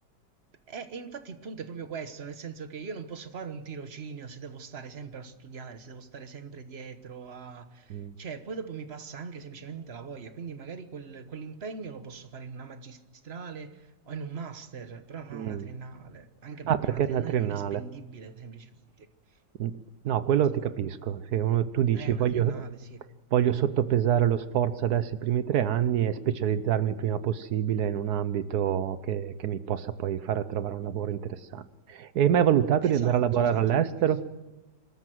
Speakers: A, on the right; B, on the right.
A: E e infatti il punto è proprio questo, nel senso che io non posso fare un tirocinio se devo stare sempre a studiare, se devo stare sempre dietro a...
B: Mm.
A: Cioè, poi dopo mi passa anche semplicemente la voglia, quindi magari quel- quell'impegno lo posso fare in una magistrale o in un master, però non
B: Mm.
A: una triennale, anche
B: Ah,
A: perché
B: perché
A: una triennale
B: è una triennale.
A: non è spendibile semplicemente.
B: Mm, No, quello
A: Non so
B: ti capisco.
A: se-
B: Se uno- tu dici
A: È una
B: voglio,
A: triennale, sì.
B: voglio sottopesare lo sforzo adesso i primi tre anni e specializzarmi il prima possibile in un ambito che, che mi possa poi far trovare un lavoro interessante. E hai mai valutato
A: Esatto,
B: di andare a lavorare
A: esatto.
B: all'estero?
A: proprio questo.